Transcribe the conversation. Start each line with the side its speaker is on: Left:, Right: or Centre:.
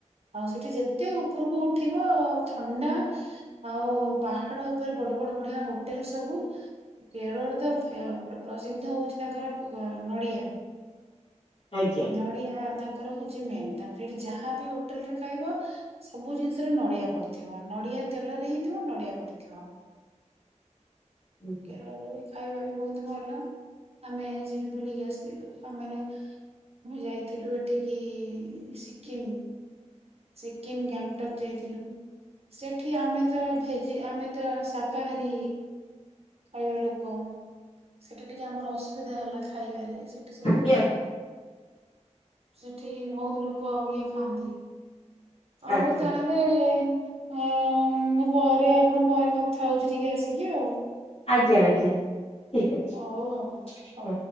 Right: ଆଉ ସେଠି ଯେତେ ଉପରକୁ ଉଠିବ ଥଣ୍ଡା ଆଉ ପାହାଡ଼ ଉପରେ ବଡ଼ ବଡ଼ ବଢ଼ିଆ ହୋଟେଲ୍ ସବୁ କେରଳରତ ପ୍ରସିଦ୍ଧ ହଉଚି ତାଙ୍କର ନଡ଼ିଆ।
Left: ଆଜ୍ଞା।
Right: ନଡ଼ିଆ ତାଙ୍କର ହଉଚି ମେନ୍ ତାପରେ ହେଟି ଯାହାବି ହୋଟେଲରେ ଖାଇବ ସବୁ ଜିନିଷରେ ନଡ଼ିଆ ପଡ଼ିଥିବ ନଡ଼ିଆ ତେଲରେ ହେଇଥିବ ନଡ଼ିଆ ପଡ଼ିଥିବ।
Left: ହୁଁ।
Right: କେରଳରେବି ଖାଇବାବି ବହୁତ୍ ଭଲ ଆମେ ସେଠି ବୁଲିକି ଆସିଥିଲୁ ଆମର ଆମେ ଯାଇଥିଲୁ ଏଠିକି ସିକିମ୍। ସିକିମ୍ ଗ୍ୟାଙ୍ଗଟକ୍ ଯାଇଥିଲୁ। ସେଠି ଆମେତ ଭେଜି ଆମେତ ଶାକାହାରୀ ଖାଇବା ଲୋକ ସେଠି ଟିକେ ଆମର ଅସୁବିଧା ହେଲା ଖାଇବାରେ ସେଠି ସବୁ
Left: ଆଜ୍ଞା
Right: ସେଠି ବହୁତ୍ ଲୋକ ଇଏ ଖାଆନ୍ତି ଆଉ
Left: ଆଚ୍ଛା ଆଚ୍ଛା
Right: ତାହଲେ ଏବେ ଏ ମୁପରେ ଆପଣ ପରେ କଥା ହଉଚି ଟିକେ ଆସିକି ଆଉ।
Left: ଆଜ୍ଞା ଆଜ୍ଞା ଠିକ୍ ଅଛି।
Right: ହଉ ହଉ ହଉ।
Left: ହଁ।